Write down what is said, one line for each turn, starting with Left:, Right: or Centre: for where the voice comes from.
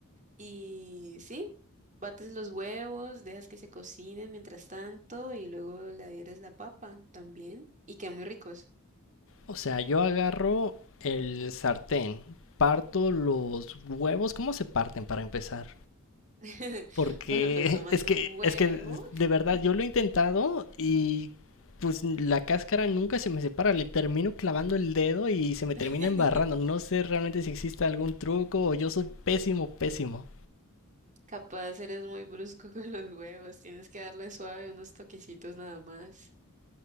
Right: Y sí, bates los huevos, dejas que se cocinen mientras tanto y luego le adhieres la papa también y quedan muy ricos.
Left: O sea, yo agarro el sartén, parto los huevos, ¿cómo se parten para empezar?
Right: <laughs>
Left: Porque
Right: Bueno, pues tomas
Left: <laughs> es
Right: un
Left: que,
Right: huevo
Left: es que de verdad yo lo he intentado y pues la cáscara nunca se me separa, le termino clavando el dedo y se me
Right: <laughs>
Left: termina embarrando. No sé realmente si existe algún truco o yo soy pésimo, pésimo.
Right: Capaz eres muy brusco <laughs> con los huevos, tienes que darle suave unos toquecitos nada más.